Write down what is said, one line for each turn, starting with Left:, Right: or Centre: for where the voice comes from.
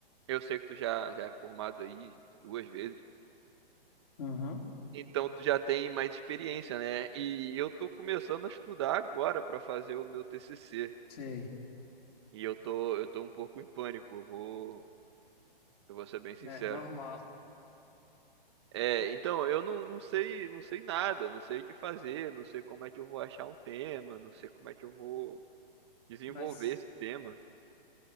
Right: eu sei que tu já, já é formado aí duas vezes,
Left: Uhum,
Right: então tu já tem mais experiência, né? E eu tô começando a estudar agora pra fazer o meu TCC,
Left: sei,
Right: e eu tô, eu tô um pouco em pânico, eu vou, eu vou ser bem sincero.
Left: né? Normal.
Right: É, então, eu não, não sei, não sei nada, não sei o que fazer, não sei como é que eu vou achar um tema, não sei como é que eu vou desenvolver
Left: Mas,
Right: esse tema.